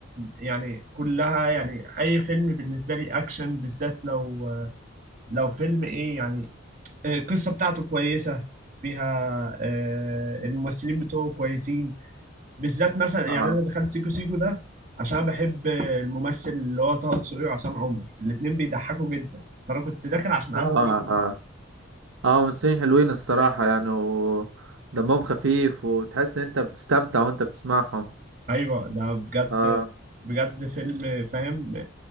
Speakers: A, on the right; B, on the right.
A: يعني كلها يعني أي فيلم بالنسبة لي أكشن بالذات لو لو فيلم إيه يعني آه، القصة بتاعته كويسة فيها آه، الممثلين بتوعه كويسين بالذات مثلا
B: اه
A: يعني أنا دخلت سيكو سيكو ده عشان أنا بحب الممثل اللي هو طه دسوقي وعصام عمر الاتنين بيضحكوا جدا فأنا كنت داخل عشان
B: اه
A: عايز أبقى
B: اه اه ممثلين حلوين الصراحة يعني ودمهم خفيف وتحس ان انت بتستمتع وانت بتسمعهم
A: أيوه ده بجد
B: اه
A: بجد فيلم فاهم